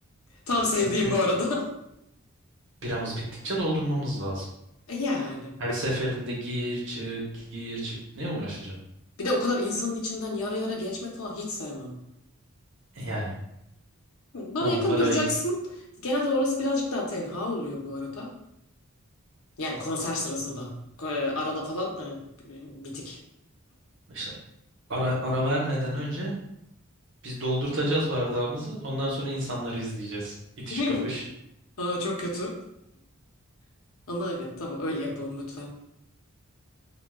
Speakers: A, on the left; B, on the right.
A: Tam sevdiğim
B: Çünkü
A: bu arada.
B: biramız bittikçe doldurmamız lazım.
A: <laughs> Yani.
B: Her seferinde gir çık gir çık ne uğraşacaksın?
A: Bir de o kadar insanın içinden yara yara geçmek falan hiç sevmem.
B: Yani
A: Hı, Bana
B: tamam
A: yakın
B: baraya
A: duracaksın. Genelde orası birazcık daha tenha oluyor bu arada. Yani konser sırasında. Ee, Arada falan e, bitik.
B: işte ara, ara vermeden önce biz doldurtacağız bardağımızı. Ondan sonra insanları izleyeceğiz. İtiş
A: <laughs>
B: kakış.
A: Aa, çok kötü. <laughs> Ama evet tamam öyle yapalım lütfen.